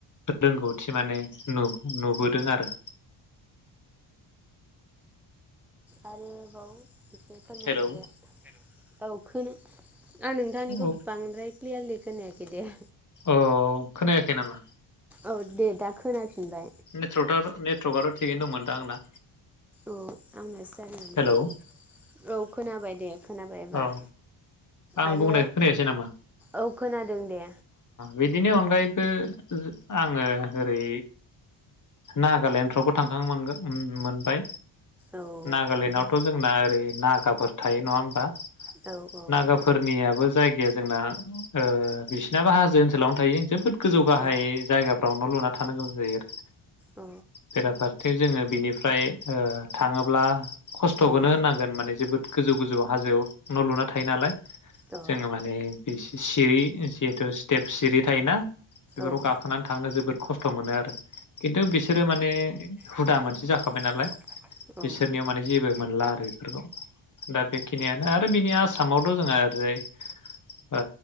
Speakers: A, on the left (about 35°); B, in the centre.
A: रोंगौथि माने नु-नुबोदों आरो।
B: आरो बाव एसे फारमायबावदो
A: हेलौ
B: औ। खोना आं नोंथांनिखौ
A: औ
B: बांद्राय क्लियारलि खोनायाखै दे।
A: अ खोनायाखै नामा
B: औ दे दा खोनाफिनबाय
A: नेटवर्कआ नेटवर्कआ' थिगैनो दंमोन दा आंना
B: औ आंनास जार म
A: हेलौ
B: दे औ खोनाबाय दे खोनाबाय एबार
A: औ आं
B: आरो
A: बुंनाय खोनायासै नामा
B: औ खोनादों दे
A: बिनि अनगायैबो आङो ओरै नागालेण्डफ्रावबो थांखांनोन मोनबाय
B: औ
A: नागालेण्डआवथ'
B: बिदि
A: जोंना ओरै नागाफोर थायो नङा होमबा
B: औ बिसिनाबो हाजो ओनसोलावनो
A: नागाफोरनियाबो जायगाया जोंना ओ बिसिनाबो हाजो ओनसोलावनो थायो जोबोद गोजौ गाहाय
B: औ
A: जायगाफ्रावनो लुना थानो गोनां जायो आरो
B: औ
A: बेराफारथिं जोङो बेनिफ्राय थाङोब्ला खस्थ'खौनो
B: उम
A: होनांगोन माने जोबोद गोजौ गोजौ हाजोआव न' लुना थायो नालाय
B: औ
A: जोङो माने सिरि जिहेथु स्टेप सिरि थायोना बेफोरखौ
B: औ
A: गाखोनानै थांनो जोबोद खस्थ' मोनोआरो खिन्थु बिसोरो माने हुदा
B: हुदामोन
A: मोनसे जाखाबाय नालाय
B: जाबाय नालाय औ
A: बिसोरनियाव माने जेबो मोनलाआरो बेफोरखौ दा बेखिनिय आरो बिनि आसामावथ' जोंहा ओरै ओ